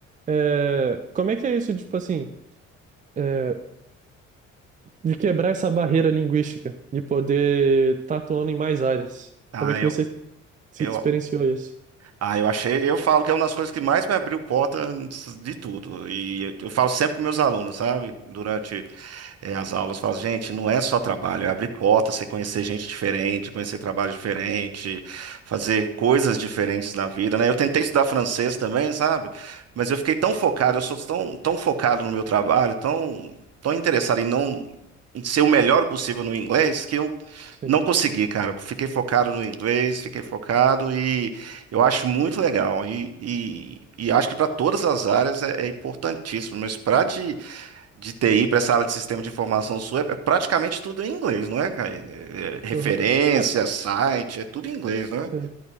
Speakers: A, on the right; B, on the right.
A: É, como é que é isso, tipo assim, é, de quebrar essa barreira linguística e poder estar atuando em mais áreas?
B: Ah,
A: Como é que
B: eu,
A: você se
B: eu,
A: experienciou isso?
B: ah, eu achei, eu falo que é uma das coisas que mais me abriu porta de tudo. E eu, eu falo sempre com meus alunos, sabe? Durante é, as aulas, fala, gente, não é só trabalho, é abrir porta, você conhecer gente diferente, conhecer trabalho diferente, fazer coisas diferentes na vida, né? Eu tentei estudar francês também, sabe? Mas eu fiquei tão focado, eu sou tão, tão focado no meu trabalho, tão, tão interessado em não em ser o melhor possível no inglês, que eu
A: Sim.
B: não consegui, cara. Eu Fiquei focado no inglês, fiquei focado e eu acho muito legal. E, e, e acho que para todas as áreas é, é importantíssimo, mas para de de TI para essa área de sistema de informação sua, é praticamente tudo em inglês, não é, Caio? É, é, referência,
A: Uhum. Cara,
B: site, é tudo em inglês, né?
A: sim.